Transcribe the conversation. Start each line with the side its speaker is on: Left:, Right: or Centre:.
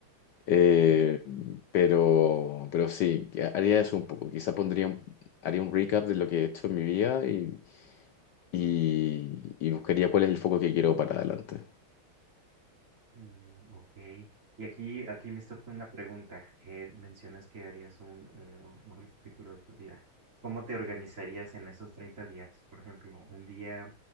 Left: Eh,
Right: Ujú.
Left: pero, pero sí, que haría eso un poco. Quizá pondría un- haría un recap de lo que he hecho en mi vida y y, y buscaría cuál es el foco que quiero para adelante.
Right: Mm, ok. Y aquí, aquí me surge una pregunta. Eh, mencionas que harías un, un, un recapítulo de tu vida. ¿Cómo te organizarías en esos 30 días? Por ejemplo, un día,